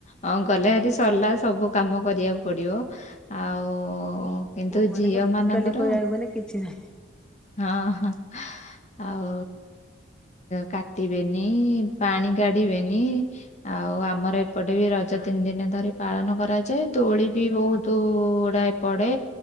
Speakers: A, on the left (about 35°); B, in the centre.
A: ହଁ ଗଲେ ହେରି ସରିଲା ସବୁ କାମ କରିବାକୁ ପଡିବ ଆଉ କିନ୍ତୁ
B: ବୋଉ ମାନଙ୍କର
A: ଝିଅ ମାନଙ୍କର
B: ଟୋଟାଲି କହିବାକୁ ଗଲେ କିଛି ନାହିଁ।
A: ହଁ ହଁ ଆଉ କାଟିବେନି ପାଣି କାଢିବେନି
B: ହଁ
A: ଆଉ ଆମର ଏପଟେ ବି ରଜ ତିନି ଦିନ ଧରି ପାଳନ କରାଯାଏ ଦୋଳି ବି ବହୁତ ଗୁଡ଼ାଏ ପଡ଼େ।